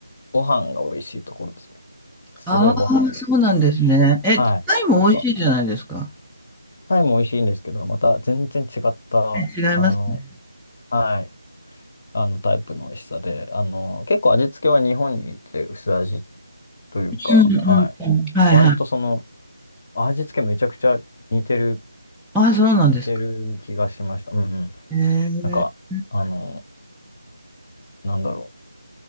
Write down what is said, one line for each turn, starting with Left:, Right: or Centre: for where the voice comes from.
Left: ご飯が美味しいところですね。すごいご飯美味しいです。
Centre: ああ、そうなんですね。え、
Left: はい。
Centre: タイも美味しいじゃないですか。
Left: なんか、タイも美味しいんですけど、また全然違った、
Centre: ええ、違いますね。
Left: あの、はい、あのタイプの美味しさで、あの、結構味付けは日本にいて薄味というか、
Centre: うんうんうん。
Left: はい。
Centre: はいはい。
Left: 割とその、味付けめちゃくちゃ似てる
Centre: ああ、そうなんですか。
Left: 似てる気がしました。うんうん。
Centre: ええ、
Left: なんか、あの、なんだろう。